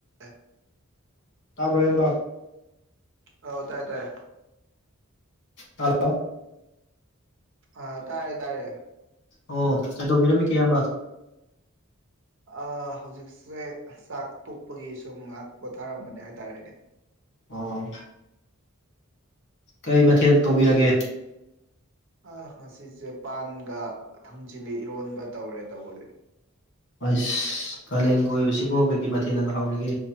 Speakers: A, on the right; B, on the left.
A: ꯑꯦ
B: ꯇꯥꯕꯔꯣ ꯏꯌꯥꯝꯕ
A: ꯑꯥꯎ ꯇꯥꯏ ꯇꯥꯏ
B: ꯍꯜꯂꯣ
A: ꯑꯥ ꯇꯥꯥꯔꯦ ꯇꯥꯔꯦ
B: ꯑꯣ ꯀꯩꯗꯧꯕꯤꯔꯝꯃꯤ ꯀꯦ ꯏꯌꯥꯝꯕ
A: ꯑꯥ ꯍꯧꯖꯤꯛꯁꯦ ꯆꯥꯛ ꯇꯣꯛꯄꯒꯤ ꯁꯨꯝ ꯉꯥꯏꯍꯥꯛ ꯄꯣꯊꯥꯔꯝꯕꯅꯦ ꯍꯥꯏꯇꯥꯔꯦꯅꯦ
B: ꯎꯝ ꯀꯩ ꯃꯊꯦꯟ ꯇꯧꯕꯤꯔꯒꯦ
A: ꯑ ꯉꯁꯤꯁꯦ ꯄꯥꯟꯒ ꯊꯥꯡꯖꯤꯟꯒ ꯏꯔꯣꯟꯕ ꯇꯧꯔꯦ ꯇꯧꯕꯗꯤ
B: ꯑꯁ ꯀꯥꯂꯦꯟꯒ ꯑꯣꯏꯕꯁꯤꯕꯨ ꯀꯩꯀꯩ ꯃꯊꯦꯜꯅꯒ ꯍꯥꯎꯔꯤꯒꯦ